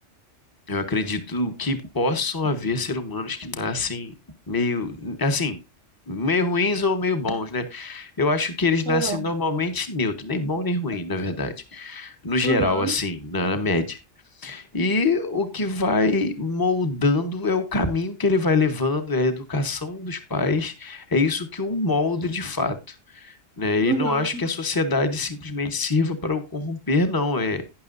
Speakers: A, on the left; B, on the right.
A: Eu acredito que possam haver seres humanos que nascem meio, assim, meio ruins ou meio bons, né? Eu acho que eles nascem
B: Aham.
A: normalmente neutro, nem bom nem ruim, na verdade. No geral,
B: Uhum.
A: assim, na, na média. E o que vai moldando é o caminho que ele vai levando, é a educação dos pais, é isso que o molda de fato. Né?
B: Uhum.
A: E não acho que a sociedade simplesmente sirva para o corromper, não. É,